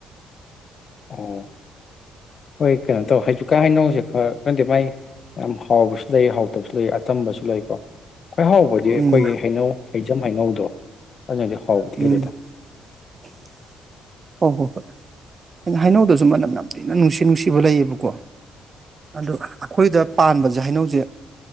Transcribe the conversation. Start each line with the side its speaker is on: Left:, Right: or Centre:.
Left: ꯑꯣ ꯍꯣꯏ ꯀꯩꯅꯣ ꯇꯧ ꯍꯧꯖꯤꯀꯥꯟ ꯍꯩꯅꯧꯁꯦ ꯈꯔ ꯈꯪꯗꯦ ꯃꯥꯏ ꯌꯥꯝ ꯍꯥꯎꯕꯁꯨ ꯂꯩ ꯍꯥꯎꯇꯕꯁꯨ ꯂꯩ ꯑꯆꯝꯕꯁꯨ ꯂꯩꯀꯣ ꯈꯋ꯭ꯥꯏ ꯍꯥꯎꯕꯗꯤ ꯑꯩꯈꯣꯏꯒꯤ
Right: ꯎꯝ
Left: ꯍꯩꯅꯧ ꯍꯩꯖꯝ ꯍꯩꯅꯧꯗꯣ ꯑꯗꯨꯅꯗꯤ ꯍꯥꯎꯕꯗꯤ
Right: ꯎꯝ
Left: ꯍꯦꯜꯂꯤꯗ
Right: <inaudible> ꯍꯣꯏ ꯍꯣꯏ ꯍꯣꯏ ꯍꯩꯅꯧꯗꯁꯨ ꯃꯅꯝ ꯌꯥꯝ ꯊꯤꯅ ꯅꯨꯡꯁꯤ ꯅꯨꯡꯁꯤꯕ ꯂꯩꯌꯦꯕꯀꯣ ꯑꯗꯨ ꯑꯩꯈꯣꯏꯗ ꯄꯥꯟꯕꯁꯦ ꯍꯩꯅꯧꯁꯦ